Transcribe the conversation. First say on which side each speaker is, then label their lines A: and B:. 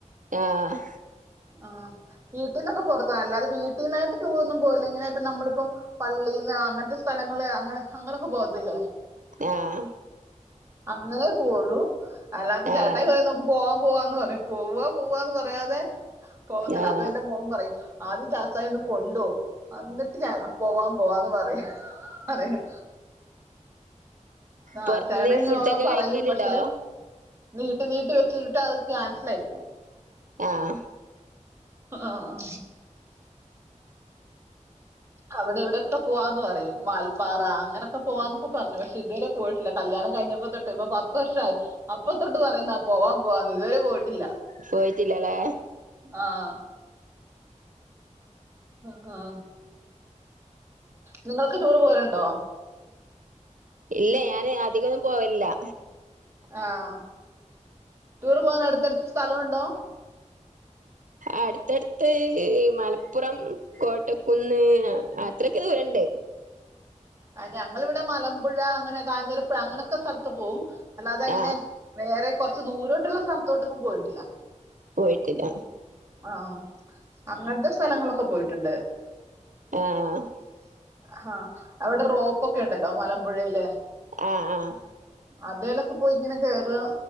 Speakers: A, on the right (about 85°); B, on the right (about 20°).
A: ആഹ്
B: ആഹ് വീട്ടീന്റൊക്കെ പൊറത്താ. അല്ലാതെ വീട്ടീന്നായിട്ട് ടൂറൊന്നും പോവുല്ല ഇങ്ങനേ ഇപ്പം നമ്മളിപ്പം പള്ളീന്നാ അങ്ങൻത്തെ സ്ഥലങ്ങള് അങ്ങനെ അങ്ങനൊക്കെ പോകത്തില്ലെ
A: ആഹ്
B: അങ്ങനെ പോവുള്ളു. അല്ലാതെ
A: ആഹ്
B: ചേട്ടായ് പറയ്യും നമക്ക് പോവാം പോവാന്ന് പറയും പോവ പോവാന്ന് പറയാതെ പോവത്തില്ല
A: ആഹ്
B: അപ്പൊ എന്റെ മോൻ പറയും ആദ്യം ചാച്ചായൊന്ന് കൊണ്ടോ എന്നിട്ട് ഞാ പോവാം പോവാന്ന് പറയ് പറയും ആ
A: പൊറത്ത്ന്ന്
B: ചേട്ടൻ ഇങ്ങനെ
A: ഫുഡൊക്കെ
B: ഓരോ പറയും
A: കഴിക്കെല്ണ്ടോ?
B: പക്ഷെ നീട്ടി നീട്ടി വെച്ചിട്ട് അത് ക്യാൻസലായി പോവും.
A: ആഹ്
B: ആഹ് അവിടെയിവിടൊക്കെ പോവാന്ന് പറയും. വാൽപ്പാറ അങ്ങനൊക്കെ പോവാന്നൊക്കെ പറഞ്ഞു പേഷേയിതുവരെ പോയിട്ടില്ല കല്യാണം കയിഞ്ഞപ്പൊ തൊ ട്ട് ഇപ്പൊ പത്ത് വർഷായി. അപ്പൊതൊട്ട് പറയുന്നാ പോവാം പോവാന്ന് ഇതുവരെ പോയിട്ടില്ല.
A: പോയിട്ടില്ലലേ
B: ആഹ് അ ഹാ നിങ്ങൾക്ക് ടൂറ് പോവല്ണ്ടോ?
A: ഇല്ല. ഞാന് അധികൊന്നും പോവലില്ല.
B: ആഹ്. ടൂർ പോകാനടുത്തടുത്ത് സ്ഥലവുണ്ടോ?
A: അടുത്തട്ത്ത് മലപ്പുറം, കോട്ടക്കുന്ന് അത്രൊക്കെ ദൂരണ്ട്.
B: ആഹ് ഞങ്ങളിവിട മലമ്പുഴ അങ്ങനെ കാഞ്ഞിരപ്പുഴ അങ്ങനൊക്കെ സ്ഥ ത്ത് പോവും. അല്ലാത അങ്ങനെ
A: ആഹ്
B: വേറെ കൊറച്ച് ദൂരോട്ടുള്ള സ്ഥലത്തോട്ടൊന്നും പോയിട്ടില്ല.
A: പോയിട്ടില്ല
B: അഹ് ആഹ് അങ്ങൻത്തെ സ്ഥലങ്ങളിലൊക്കെ പോയിട്ട്ണ്ട്
A: ആഹ്
B: ഹാ അവിടെ റോപ്പ് ഒക്കെ ഉണ്ടല്ലോ മലമ്പുഴയില്
A: ആഹ് ആഹ്
B: അതേലൊക്കെ പോയി ഇങ്ങനെ കേറും